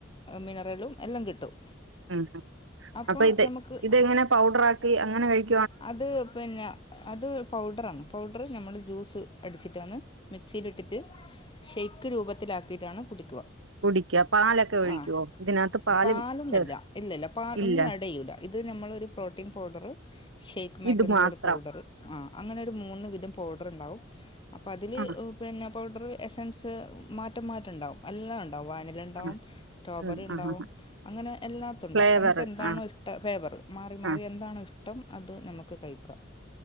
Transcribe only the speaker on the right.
ഉം അ
അപ്പൊ ഇത്
ഇതെങ്ങനെ പൗഡറാക്കി അങ്ങനെ കഴിക്
കുടിക്ക പാലൊക്കെ ഒഴിക്കോ
ഇതിനകത്ത് പാല്
ചെർ
ഇല്ല
ഇത് മാത്രം
ആ
ആ
ഉം ആ ആ
ഫ്ലേവർ
ആ
ആ